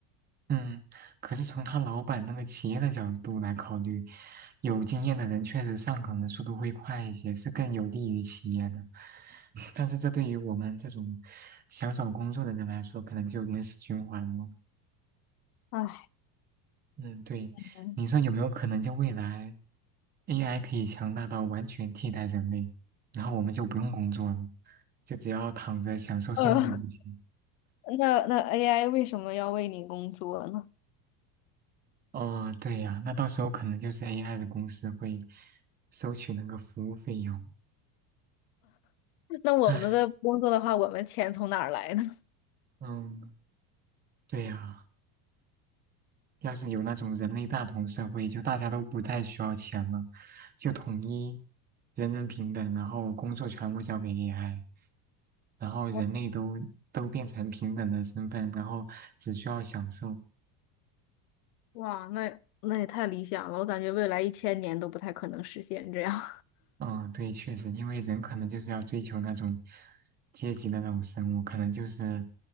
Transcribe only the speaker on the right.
嗯，可是从他老板那个企业的角度来考虑，有经验的人确实上岗的速度会快一些，是更有利于企业的。<laughs> 但是这对于我们这种想找工作的人来说，可能就有点死循环了。
嗯，对，
你说有没有可能就未来 AI 可以强大到完全替代人类，然后我们就不用工作了，就只要躺着享受生活就行。
哦，对呀，那到时候可能就是 AI 的公司会收取那个服务费用。
唉，
嗯，对呀，要是有那种人类大同社会，就大家都不太需要钱了，就统一人人平等，然后工作全部交给 AI，然后人类都都变成平等的身份，
然后只需要享受，
嗯，对，确实，因为人可能就是要追求那种阶级的那种生物，可能就是